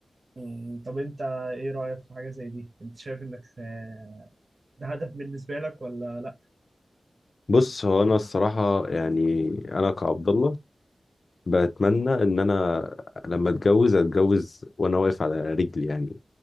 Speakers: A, on the right (about 60°); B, on the left (about 65°).
A: مم، طب انت ايه رايك في حاجه زي دي انت شايف انك آه، ده هدف بالنسبه لك ولا لا
B: بص هو انا الصراحه يعني انا كعبد الله بتمنى ان انا لما اتجوز اتجوز وانا واقف على رجلي يعني